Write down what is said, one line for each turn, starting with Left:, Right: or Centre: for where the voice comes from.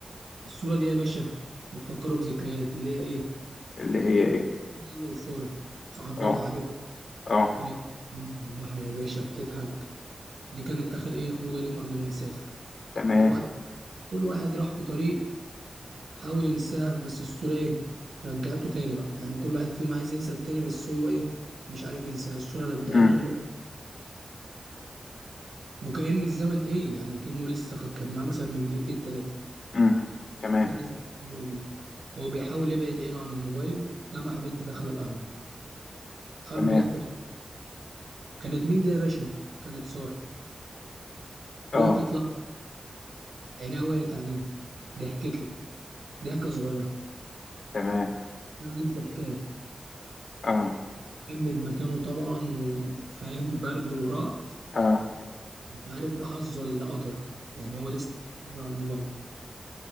Right: الصورة دي يا باشا بتفكره بذكريات اللي هي ايه
Left: اللي هي ايه
Right: هو وسارة صاحبته
Left: اه
Right: وحبيبته
Left: اه
Right: كانت في البحر يا باشا بتضحك دي كانت آخر إيه خروجة اليوم قبل ما نسافر
Left: تمام
Right: من وقت كل واحد راح في طريق حاول ينساها بس الصورة إيه رجعته تاني بقى يعني كل واحد فيهم عايز ينسى التاني بس هو إيه مش عارف ينساها الصورة رجعته
Left: امم
Right: النقطة وكأن الزمن إيه يعني أكنه لسه خ- كان معاه مثلا من دقيقتين تلاتة
Left: امم تمام
Right: كأن الزمن بدأ بيه. وهو بيحاول يبعد عينه عن الموبايل لمح بنت داخلة القهوة قلبه
Left: تمام
Right: دق كانت مين دي يا باشا؟ كانت سارة
Left: اه
Right: وقفت عينيها وقعت عليه ضحكت له ضحكة صغيرة
Left: تمام
Right: ألف حكاية
Left: اه
Right: جمد مكانه طبعا وفاهم <laughs> برد ورعد
Left: اه
Right: مش عارف ده حظ ولا قدر يعني هو لسه على الموبايل